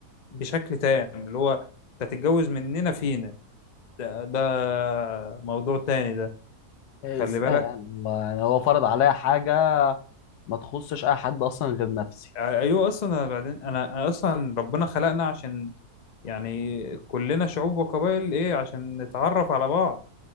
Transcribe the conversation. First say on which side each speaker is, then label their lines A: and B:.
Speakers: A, on the left (about 55°); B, on the left (about 80°).
A: بشكل تام اللي هو انت تتجوز مننا فينا ده, ده موضوع تاني ده
B: إيه
A: خلي
B: ازاي
A: بالك
B: يعني ما- يعني هو فرض عليا حاجه ما تخصش اي حد اصلا غير نفسي
A: ايوه اصلا أنا بعدين انا أنا اصلا ربنا خلقنا عشان يعني كلنا شعوب وقبائل ايه عشان نتعرف على بعض